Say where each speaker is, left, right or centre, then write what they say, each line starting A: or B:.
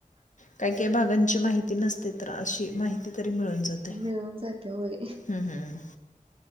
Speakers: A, on the left; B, on the right.
A: काय काही भागांची माहिती नसते तर अशी माहिती. तरी मिळून जातय
B: मिळून जाते होय
A: हम्म, हम्म.